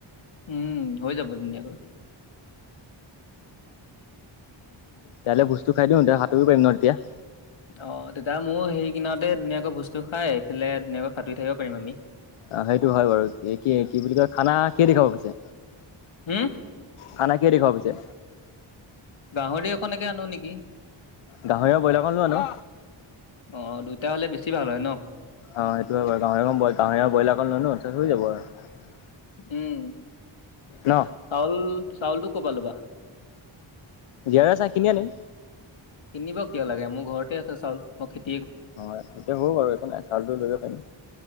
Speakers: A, on the left (about 65°); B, on the left (about 85°).
A: উম হৈ যাব ধুনীয়াকৈ
B: কাইলে ভোজতো খাই দিওঁ তেতিয়া সাতুৰি পাৰিম ন তেতিয়া-
A: অ তেতিয়া মোৰ হেৰি কিনতে ধুনীয়াকৈ বস্তু খাই এইফালে ধুনীয়াকৈ সাঁতুৰি থাকিব পাৰিম আমি
B: অ সেইটো হয় বাৰু কি কি বুলি কয় খানা কিহে দি খোৱা বুজিছে
A: হম
B: খানা কিহে খোৱা দি পিছে
A: গাহৰি অকণকে আনো নেকি
B: গাহৰি আৰু ব্ৰইলাৰকণ লৈ আনো।
A: অ দুইটা হলে বেছি ভাল হয় ন
B: অ সেইটোৱে বাৰু গাহৰি আৰু ব্ৰইলা অকন লৈ আন হৈ যাব আৰু
A: উম
B: ন?
A: চাউল চাউলটো কৰা পৰা ল'বা
B: জীয়াৰ চাই কিনি আনিম
A: কিনিব কিয় লাগে মোৰ ঘৰতে আছে চাউল মই খে
B: অ এতিয়া হ'ব বাৰু একো নাই চাউলটো লৈ যাব পাৰিম